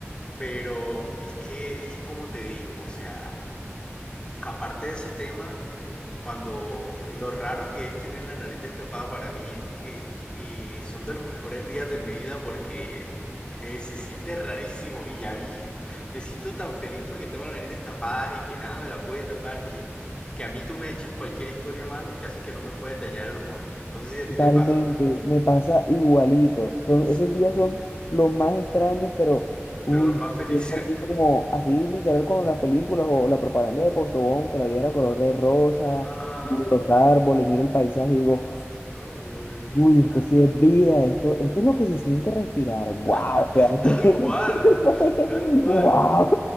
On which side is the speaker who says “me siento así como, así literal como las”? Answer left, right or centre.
Left